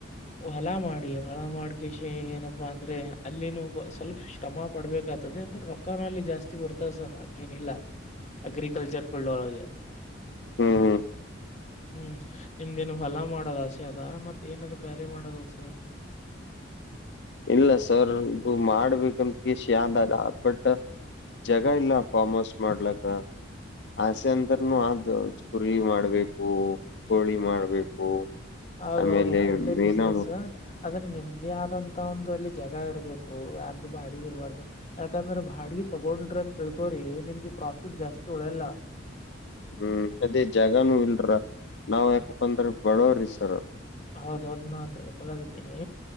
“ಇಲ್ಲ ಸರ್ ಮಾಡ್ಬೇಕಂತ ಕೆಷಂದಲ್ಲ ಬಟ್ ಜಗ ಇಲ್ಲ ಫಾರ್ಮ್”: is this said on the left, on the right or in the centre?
Left